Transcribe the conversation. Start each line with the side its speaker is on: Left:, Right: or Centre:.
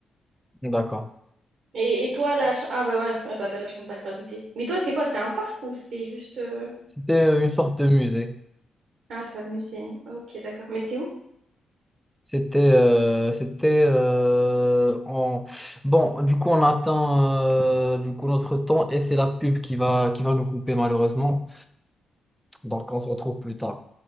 Centre: D'accord.
Right: Et, et toi, la... ch- Ah, bah ouais, elle s'appelle la chambre de la gravité. Mais toi, c'était quoi? C'était un parc ou c'était juste... euh,
Centre: C'était une sorte de musée.
Right: Ah, c'était un musée. Ok, d'accord. Mais c'était où?
Centre: C'était, euh, c'était euh, en... Bon, du coup, on attend euh, du coup, notre temps et c'est la pub qui va, qui va nous couper malheureusement. Donc, on se retrouve plus tard.